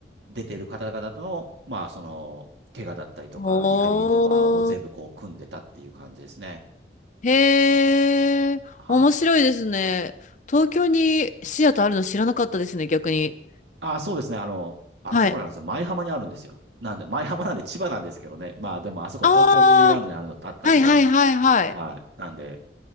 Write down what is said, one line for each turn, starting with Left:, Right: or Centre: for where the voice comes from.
Right: 出てる方々との、まあ、その、怪我だったりとか、
Left: おー。
Right: リハビリとかを全部こう、組んでたっていう感じですね。
Left: へえ、
Right: はい。
Left: 面白いですね。東京にシアターあるの知らなかったですね、逆に。
Right: あ、そうですね。あの、あそこなんですよ。
Left: はい。
Right: 舞浜にあるんですよ。なんで、舞浜なんで千葉なんですけどね。まあでもあそこ東京ディズニーランドにあるのってあったんで、
Left: あーはいはいはいはい。
Right: はい。なんで、